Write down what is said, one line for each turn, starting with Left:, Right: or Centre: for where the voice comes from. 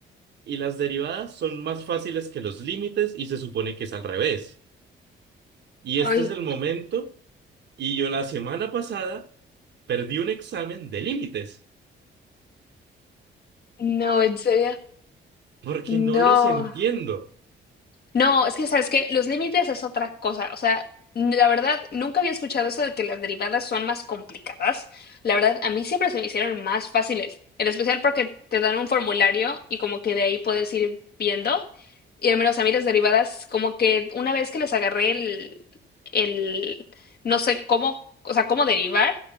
Right: y las derivadas son más fáciles que los límites y se supone que es al revés. Y
Left: Ay,
Right: este es el momento y yo la semana pasada perdí un examen de límites
Left: no, en serio.
Right: porque
Left: No.
Right: no los entiendo.
Left: No, es que sabes que los límites es otra cosa. O sea, n- la verdad, nunca había escuchado eso de que las derivadas son más complicadas. La verdad, a mí siempre se me hicieron más fáciles, en especial porque te dan un formulario y como que de ahí puedes ir viendo. Y al menos a mí las derivadas, como que una vez que les agarré el, el, no sé cómo, o sea, cómo derivar,